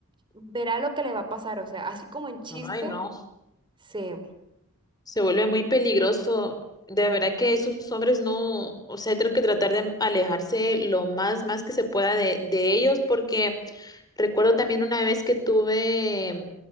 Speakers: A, on the right; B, on the left.
A: verá lo que le va a pasar. O sea, así como en chiste.
B: Ay, no.
A: Sí.
B: Se vuelve muy peligroso. De verdad que esos hombres no, o sea, tengo que tratar de alejarse lo más, más que se pueda de, de ellos, porque recuerdo también una vez que tuve,